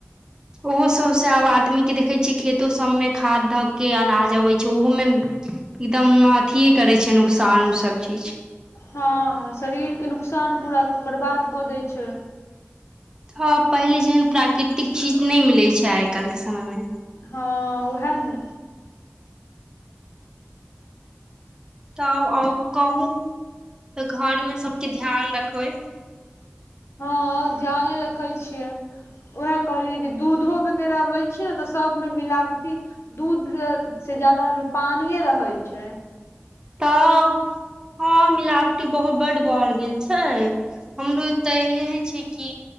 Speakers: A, on the right; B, on the left.
A: ओहो सबसे आब आदमी के देखै छियै खेतो सम्मे खाद धऽ के अनाज अबै छै ओहोमे एकदम अथि करै छै नुकसान ओ सब चीज
B: हँ शरीरके नुकसान पूरा बर्बाद कऽ दै छै
A: हँ पहिले जेहन प्राकृतिक चीज नहि मिलै छै आइ काल्हि के समय मे
B: हँ उएह नू
A: तऽ आओर कहू तऽ घर मे सबके ध्यान रखबै
B: हँ ध्याने रखै छियै उएह कहलियै जे दूधो वगैरह लै छै ने तऽ सबमे मिलावटी दूध से ज्यदा पानिये रहैत छै
A: तब हँ मिलावटी बहुत बड्ड बढ़ गेल छै हमरो एऽ तैये छी कि